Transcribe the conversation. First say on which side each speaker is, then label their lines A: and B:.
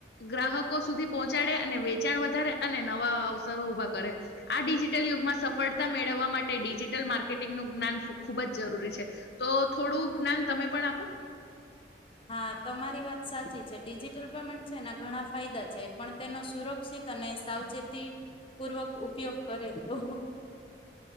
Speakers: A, on the left; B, on the left.
A: ગ્રાહકો સુધી પહોંચાડે અને વેચાણ વધારે અને નવા અવસરો ઊભા કરે. આ ડિજિટલ યુગમાં સફળતા મેળવવા માટે ડિજિટલ માર્કેટિંગનું જ્ઞાન ખૂબ જ જરૂરી છે તો થોડું જ્ઞાન તમે પણ આપો.
B: હા, તમારી વાત સાચી છે ડિજિટલ પેમેન્ટ છે ને ઘણા ફાયદા છે પણ તેનો સુરક્ષિત અને સાવચેતી પૂર્વક ઉપયોગ કરે તો